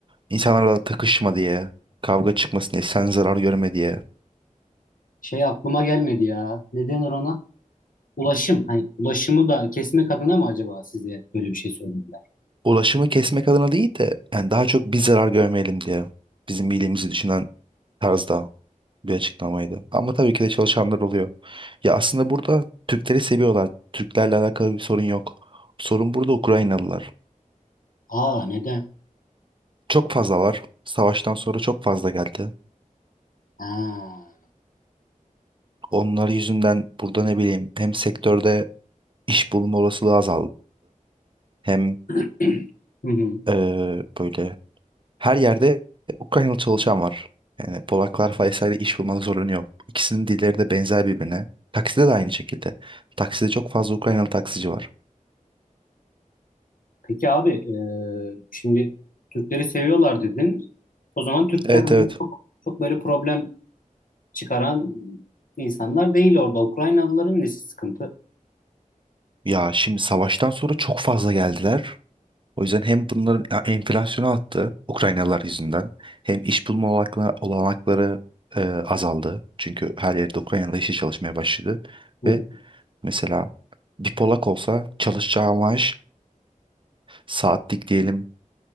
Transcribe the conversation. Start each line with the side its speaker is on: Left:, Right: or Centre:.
Right: insanlarla takışma diye, kavga çıkmasın diye, sen zarar görme diye.
Left: şey aklıma gelmedi ya. Ne denir ona? Ulaşım. Hani ulaşımı da kesmek adına mı acaba size böyle bir şey söylediler?
Right: ulaşımı kesmek adına değil de yani daha çok biz zarar görmeyelim diye bizim iyiliğimizi düşünen tarzda bir açıklamaydı. Ama tabii ki de çalışanlar oluyor. Ya aslında burada Türkleri seviyorlar. Türklerle alakalı bir sorun yok. Sorun burada Ukraynalılar.
Left: Aa neden?
Right: Çok fazla var. Savaştan sonra çok fazla geldi.
Left: Ha.
Right: Onlar yüzünden burada ne bileyim hem sektörde iş bulma olasılığı azaldı. Hem
Left: <clears throat> Hı hı.
Right: eee, böyle Her yerde Ukraynalı çalışan var. Yani Polaklar Faysa'yla iş bulmada zorlanıyor. İkisinin dilleri de benzer birbirine. Takside de aynı şekilde. Takside çok fazla Ukraynalı taksici var.
Left: Peki abi e, şimdi Türkleri seviyorlar dedin. O zaman Türkler
Right: Evet
Left: hani
Right: evet.
Left: çok, çok böyle problem çıkaran insanlar değil orada. Ukraynalıların nesi sıkıntı?
Right: Ya şimdi savaştan sonra çok fazla geldiler. O yüzden hem bunların ya, enflasyonu arttı Ukraynalılar yüzünden. Hem iş bulma olanakla- olanakları e, azaldı. Çünkü her yerde Ukraynalı işe çalışmaya başladı.
Left: Hı
Right: Ve
Left: hı.
Right: mesela bir Polak olsa çalışacağı maaş saatlik diyelim